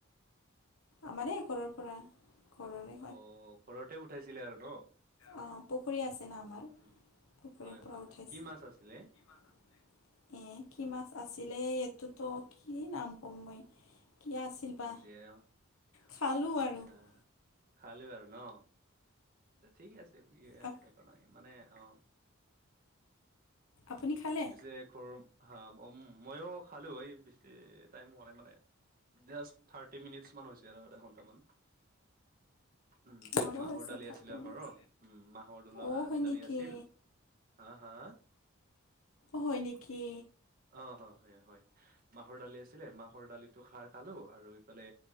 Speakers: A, on the left; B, on the right.
A: আমাৰে ঘৰৰ পৰা ঘৰৰে
B: অ ঘৰতে উঠাইছিলে আৰু ন
A: অ পুখুৰী আছে না আমাৰ
B: উম
A: পুখুৰীৰ
B: হয়
A: পৰা
B: হয়
A: উঠাইছে
B: হয় কি মাছ আছিলে
A: এ কি মাছ আছিলে এইটোতো কি নাম কম মই কি আছিল বা
B: জিয়
A: খালোঁ
B: আচ্ছা
A: আৰু
B: খালি আৰু ন ঠিকে আছে
A: আপ
B: একো নাই মানে অ
A: আপুনি খালে?
B: পিছে ঘৰৰ হা উ মইও খালো এই বেছি টাইম মাই মানে জাস্ত থাৰ্টি মিনিটছ মান হৈছে আৰু আধা ঘন্টামান উম
A: মোৰো
B: মাহৰ
A: হৈছে
B: দালি
A: থাৰ্টি
B: আছে আমাৰো
A: মিনিটছ।
B: উম মাহৰৰ
A: অ' হয়
B: দালি
A: নেকি?
B: আছিল হা হা
A: হয় নেকি
B: অ হ হয় হয় মাহৰ দালি আছিলে মাহৰ দালিটো খাৰ খালো আৰু ইফালে